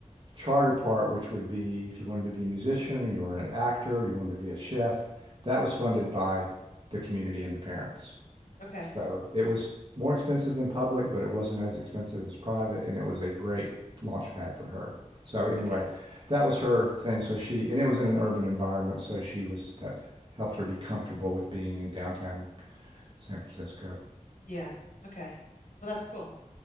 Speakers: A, on the right; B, on the left.
A: charter part, which would be if you wanted to be a musician or you were an actor or you wanted to be a chef, that was funded by the community and the parents.
B: Okay.
A: So it was more expensive than public, but it wasn't as expensive as private, and it was a great launch pad for her. So anyway,
B: Okay.
A: that was her thing. So she, and it was in an urban environment, so she was, that helped her be comfortable with being in downtown San Francisco.
B: Yeah. Okay. Well, that's cool.